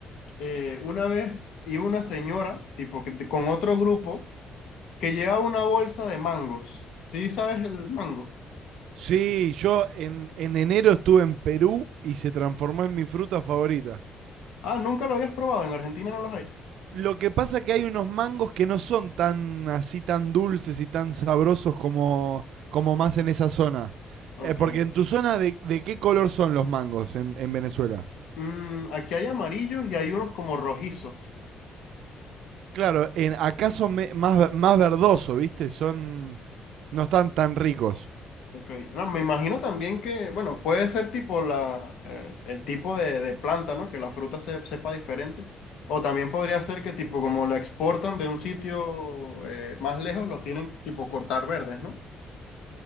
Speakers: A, on the left; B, on the right.
A: eh, una vez iba una señora, tipo, que- con otro grupo, que llevaba una bolsa de mangos. ¿Sí sabes el mango?
B: sí, yo en, en enero estuve en Perú y se transformó en mi fruta favorita.
A: Ah, nunca lo habías probado, en Argentina no los hay.
B: Lo que pasa que hay unos mangos que no son tan así tan dulces y tan sabrosos como, como más en esa zona.
A: Ok.
B: Eh, porque en tu zona, de, de qué color son los mangos en, en Venezuela?
A: Mm, aquí hay amarillos y hay unos como rojizos.
B: Claro, en, acá son me- más, ve- más verdoso, ¿viste? Son... No están tan ricos.
A: Ok. No, me imagino también que, bueno, puede ser tipo la, eh, el tipo de, de planta, ¿no? Que la fruta se, sepa diferente. O también podría ser que tipo como la exportan de un sitio eh, más lejos, los tienen tipo cortar verdes, ¿no?